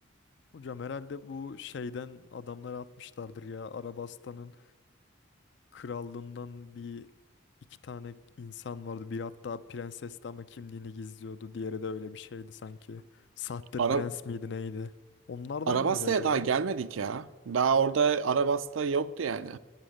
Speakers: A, on the left; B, on the right.
A: Hocam herhalde bu şeyden adamları atmışlardır ya. Arabastan'ın krallığından bir iki tane insan vardı. Biri hatta prensesti ama kimliğini gizliyordu. Diğeri de öyle bir şeydi sanki. Sahte
B: Ara
A: prens miydi neydi? Onlardan
B: Arabas'ta'ya
A: mıydı acaba?
B: daha gelmedik ya. Daha orada Arabas'ta yoktu yani.